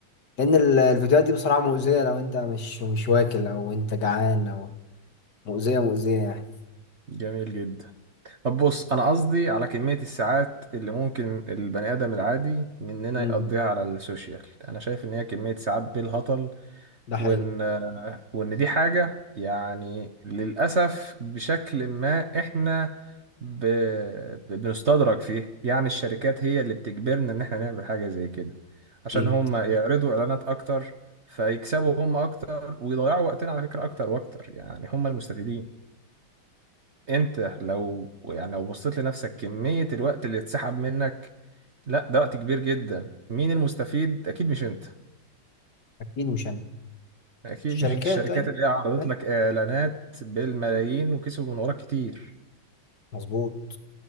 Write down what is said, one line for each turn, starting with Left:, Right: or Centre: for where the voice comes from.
Left: لان ال- الفيديوهات دي بصراحة مؤذية لو انت مش مش واكل او انت جعان او مؤذية مؤذية يعني
Right: جميل جدا طب بص انا قصدي على كميه الساعات اللي ممكن البني ادم العادي مننا
Left: امم
Right: يقضيها على السوشيال انا شايف ان هي كميه ساعات بالهطل
Left: ده حقيقي
Right: وان وان دي حاجة يعني للأسف بشكل ما احنا ب... ب- بنستدرج فيه يعني الشركات هي اللي بتجبرنا ان احنا نعمل حاجة زي كده عشان
Left: اكيد
Right: هم يعرضوا اعلانات اكتر فيكسبوا هم اكتر ويضيعوا وقتنا على فكرة اكتر واكتر يعني هم المستفيدين انت لو يعني لو بصيت لنفسك كمية الوقت اللي اتسحب منك لا ده وقت كبير جدا مين المستفيد اكيد مش انت
Left: اكيد مش انا
Right: اكيد
Left: الشركات
Right: مش الشركات
Left: اي
Right: اللي هي عرضت
Left: اي
Right: لك اعلانات بالملايين وكسبوا من وراك كتير
Left: مظبوط